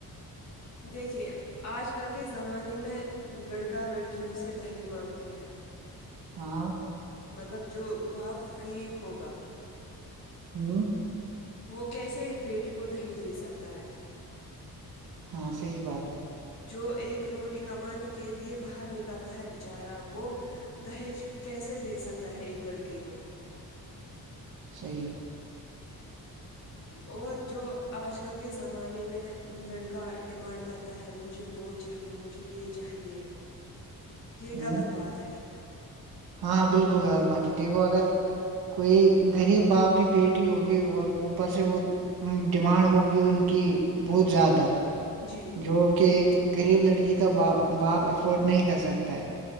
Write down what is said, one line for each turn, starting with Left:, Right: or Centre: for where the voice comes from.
Left: دیکھیے آج کل کے زمانے میں لڑکا لڑکیوں سے دہیج مانگتے ہے
Right: ہاں
Left: مطلب جو باپ غریب ہوگا
Right: ہوں
Left: وہ کیسے بیٹی کو دہیج دے سکتا ہے
Right: ہاں صحی بات ہے
Left: جو ایک روٹی کمانے کے لیے باہر نکلتا ہے بیچارہ وہ دہیج کیسے دے سکتا ہے ایک لڑکے کو
Right: صحیح
Left: اور جو آج کل کے زمانے میں لڑکا ڈیمانڈ کر ہے مجھے وہ چاہیے مجھے یہ چاہیے یہ
Right: ہوں
Left: غلط بات ہے
Right: ہاں بالکل غلط بات ہے دیکھو اگر کوئی غریب باپ کی بیٹی ہوگی اور اوپر سے وہ ڈیمانڈ ہوگی ان کی بہت زیادہ
Left: جی
Right: جو کہ ایک غریب لڑکی کا با باپ افورڈ نہیں کر سکتا ہے